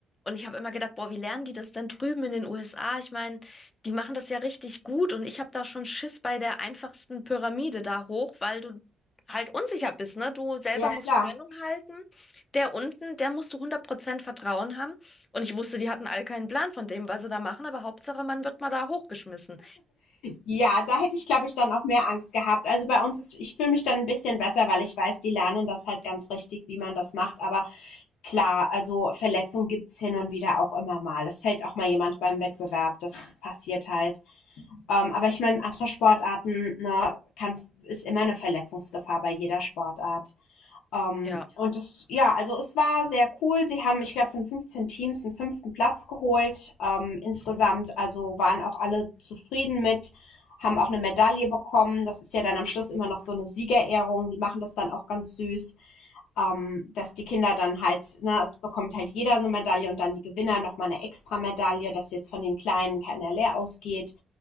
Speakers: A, on the left; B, on the left.
A: Und ich habe immer gedacht, boah, wie lernen die das denn drüben in den USA? Ich meine, die machen das ja richtig gut und ich habe da schon Schiss bei der einfachsten Pyramide da hoch, weil du halt unsicher bist, ne? Du selber
B: ja
A: musst
B: klar.
A: Spannung halten. Der unten, der musst du hundert Prozent Vertrauen haben. Und ich wusste, die hatten all keinen Plan von dem, was sie da machen, aber Hauptsache, man wird mal da hochgeschmissen.
B: Ja, da hätte ich, glaube ich, dann auch mehr Angst gehabt. Also bei uns ist, ich fühle mich dann ein bisschen besser, weil ich weiß, die lernen das halt ganz richtig, wie man das macht. Aber klar, also Verletzungen gibt's hin und wieder auch immer mal. Es fällt auch mal jemand beim Wettbewerb, das passiert halt. Ähm, aber ich meine, andere Sportarten, ne, kann's, ist immer eine Verletzungsgefahr bei jeder Sportart. Ähm,
A: Ja.
B: und das, ja, also es war sehr cool. Sie haben, ich glaube, von 15 Teams einen fünften Platz geholt. Ähm, insgesamt,
A: Mhm.
B: also waren auch alle zufrieden mit, haben auch eine Medaille bekommen. Das ist ja dann am Schluss immer noch so eine Siegerehrung. Die machen das dann auch ganz süß, ähm, dass die Kinder dann halt, ne, es bekommt halt jeder so eine Medaille und dann die Gewinner nochmal eine extra Medaille, dass jetzt von den Kleinen keiner leer ausgeht.